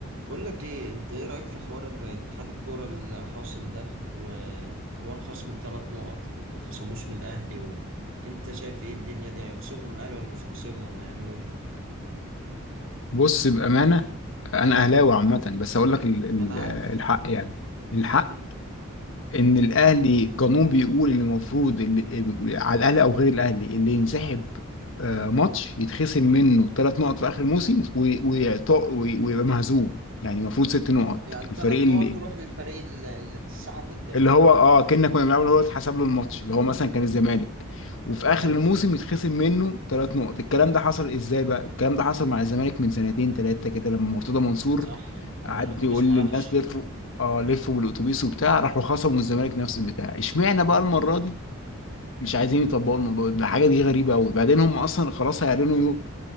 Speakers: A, on the right; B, on the left.
A: بقول لك ايه انت ايه رايك في حوار اتحاد الكوره الحاصل ده وحوار خصم الثلاث نقط وما خصموش من الاهلي و... انت شايف ايه الدنيا دي هيخصموا من الاهلي ولا مش هيخصموا ولا هيعملوا ايه
B: بص بأمانة أنا أهلاوي عامة بس هقول لك ال- ال-
A: ما انا عارف
B: الحق يعني الحق
A: مم.
B: إن الأهلي القانون بيقول إن المفروض اللي على الأهلي أو غير الأهلي اللي ينسحب آه، ماتش يتخصم منه ثلاث نقط في آخر موسم و- ويعط- وي- ويبقى مهزوم يعني المفروض ست نقط
A: يعني
B: الفريق
A: ثلاث
B: اللي
A: نقط تروح للفريق اللي اللي اتسحب قدام
B: اللي هو اه كنا كنا بنلعب اللي هو اتحسب له الماتش اللي هو مثلا كان الزمالك وفي اخر
A: حلو
B: الموسم يتخصم منه ثلاث نقط الكلام ده حصل ازاي بقى الكلام ده حصل مع الزمالك من سنتين ثلاثه كده لما مرتضى منصور
A: صح لما
B: قعد
A: الاتوبيس
B: يقول للناس
A: ما راحش
B: لفوا اه لفوا بالاتوبيس وبتاع راحوا خصموا الزمالك نفس البتاع اشمعنى بقى المره دي مش عايزين يطبقوا الموضوع ده الحاجه دي غريبه قوي بعدين هم اصلا خلاص هيعلنوا